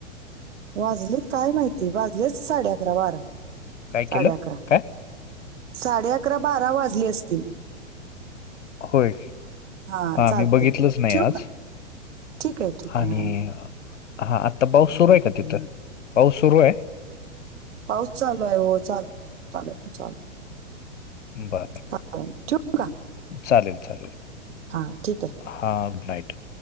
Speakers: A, on the right (about 70°); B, on the left (about 70°).
A: वाजलेत काय माहिती वाजले असतील साडे अकरा बारा
B: काय
A: साडे
B: केलं
A: अकरा
B: काय
A: साडे अकरा, बारा वाजली असतील
B: होय
A: हा चालतय
B: मी बघितलंच नाही
A: ठेवू
B: आज
A: का ठीक आहे, ठीक
B: आणि
A: आहे हां
B: हा आता पाऊस सुरू आहे का तिथं पाऊस सुरू आहे
A: पाऊस चालू आहे हो, चालूय चालू चाल
B: बर
A: चा ठेवू का
B: चालेल, चालेल
A: हा ठीक आहे
B: हा गुड नाईट